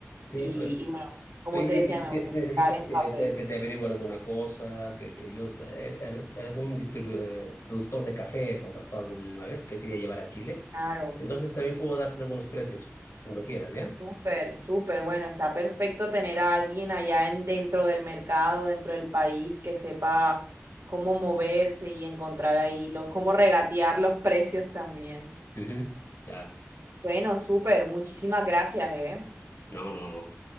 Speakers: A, on the left; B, on the right.
A: Sí,
B: y,
A: oye,
B: y bueno, como
A: oye, si,
B: te decía,
A: y
B: me
A: si-
B: voy
A: si
B: a
A: necesitas
B: estar en
A: que
B: papel.
A: te, que te averigüe alguna cosa, que, que yo, eh, al- algún distribu- eh, productor de café he contactado alguna vez que quería llevar a Chile,
B: Claro,
A: entonces también puedo darte algunos precios, cuando quieras, ¿ya?
B: súper, súper. Bueno, está perfecto tener a alguien allá en, dentro del mercado, dentro del país, que sepa cómo moverse y encontrar ahí los, cómo regatear los <laughs> precios también.
A: Ujú. Claro.
B: Bueno, súper, muchísimas gracias, ¿eh?
A: No, no, no.